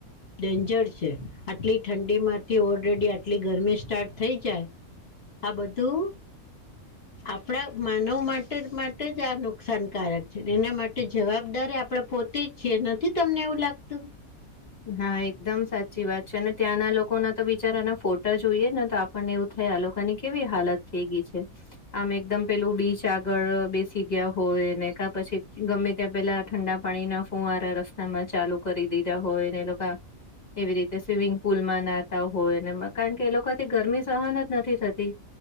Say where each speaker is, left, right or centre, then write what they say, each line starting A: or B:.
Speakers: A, on the left; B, on the left.
A: ડેન્જર છે. આટલી ઠંડીમાંથી ઓલરેડી આટલી ગરમી સ્ટાર્ટ થઈ જાય આ બધું આપણા માનવ માટે માટે જ આ નુકસાનકારક છે. એના માટે જવાબદાર અયારે આપડે પોતે જ છીએ નથી તમને એવું લાગતું?
B: હા, એકદમ સાચી વાત છે અને ત્યાંના લોકો ના તો બિચારાના ફોટા જોઈએ ને તો આપણને એવું થાય આ લોકોની કેવી હાલત થઈ ગઈ છે. આમ એકદમ પેલું બીચ ગળ બેસી ગયા હોય, ને કા પછી ગમે ત્યાં પેલા ઠંડા પાણીના ફૂવારા રસ્તામાં ચાલુ કરી દીધા હોય ને એ લોકા એવી રીતે સ્વિમિંગ પુલમાં નાતા હોય ને કારણ કે એ લોકોથી ગરમી સહન જ નથી થતી.